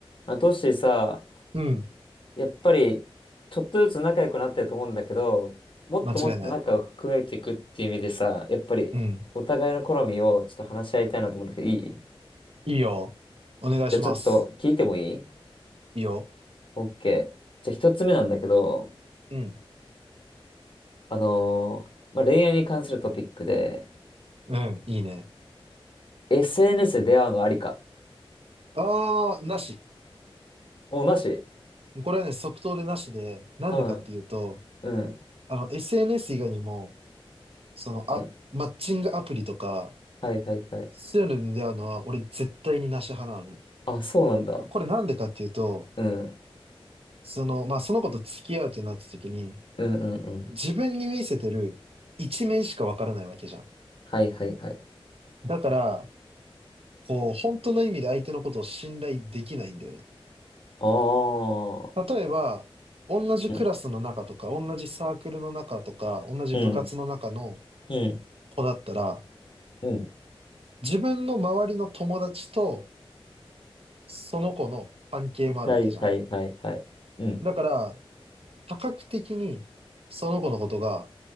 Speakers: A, on the left; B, on the right.
A: あ、トッシーさ、
B: うん。
A: やっぱり、ちょっとずつ仲良くなってると思うんだけど、もっともっと仲を含めていくっていう意味でさ、
B: 間違いない。
A: やっぱり、
B: うん。
A: お互いの好みをちょっと話し合いたいなと思うんだけど、いいじ
B: いいよ。お願いします。
A: ゃあちょっと聞いてもいい
B: いいよ。
A: ?OK。じゃあ一つ目なんだけど、
B: うん。
A: あのーまあ、恋愛に関するトピックで、
B: うん。いいね。
A: SNS で出会うのありか。
B: あー、なし。
A: お、なし
B: これはね、即答でなしで、なんでかっていうと、
A: うん、うん、
B: あの、SNS 以外にも、その、あ、
A: うん。
B: マッチングアプリとか、
A: はいはいはい。
B: そういうので出会うのは、俺絶対になし派なのね。
A: あ、そうなんだ。
B: これなんでかっていうと、
A: うん、うん、
B: その、まあ、その子と付き合うってなった時に、
A: うん、うん。
B: 自分に見せてる一面しかわからないわけじゃん。
A: はいはいはい。
B: だから、こう、本当の意味で相手のことを信頼できないんだよね。
A: ああ。
B: 例えば、同じクラスの中とか、
A: うん、
B: 同じサークルの中とか、同じ部活の中の
A: うん。うん
B: 子だったら、
A: うん。
B: 自分の周りの友達とその子の関係もあるわけじゃん。
A: はいはいはいはい。うん。
B: だから、多角的にその子のことが